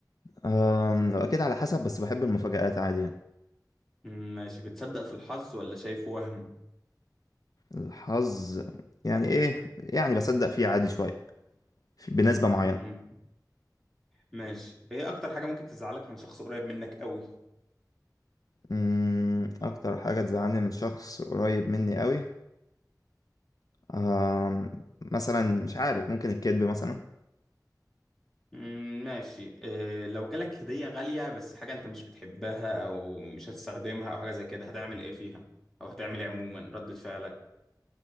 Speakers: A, on the left; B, in the centre.
A: أم، أكيد على حسب بس بحب المفاجآت عادي يعني
B: مم، ماشي بتصدق في الحظ ولا شايفه وهم
A: الحظ يعني إيه يعني بصدق فيه عادي شوية في- بنسبة معينة
B: مم، ماشي ايه اكتر حاجة ممكن تزعلك من شخص قريب منك قوي
A: أمم، أكتر حاجة تزعلني من شخص قريب مني قوي أم، مثلا مش عارف ممكن الكذب مثلا
B: مم، ماشي آه... لو جالك هدية غالية بس حاجة انت مش بتحبها او مش هتستخدمها او حاجة زي كده هتعمل ايه فيها او هتعمل ايه عموما ردة فعلك